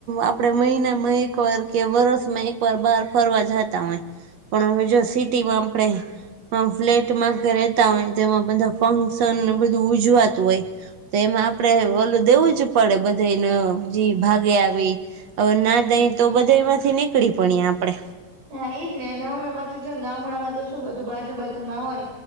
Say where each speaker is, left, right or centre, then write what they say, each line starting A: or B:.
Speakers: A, on the right; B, on the right.
A: આપડે મહિનામાં એક વાર કે વરસમાં એકવાર બહાર ફરવા જતા હોય પણ હવે જો સિટીમાં આપણે હ ફ્લેટમાં રહેતા હોય તેમાં બધા ફંક્શન બધું ઉજવાતું હોય. તો એમાં આપણેે ઓલું દેવું જ પડે બધેને જે ભાગે આવી હવે ના દઈ તો બધા એમાંથી નીકળી પણએ આપડે
B: હા ઈજ ને હમે પાછી જ ગામડામાં તો શું બધું બાજુ બાજુમાં હોય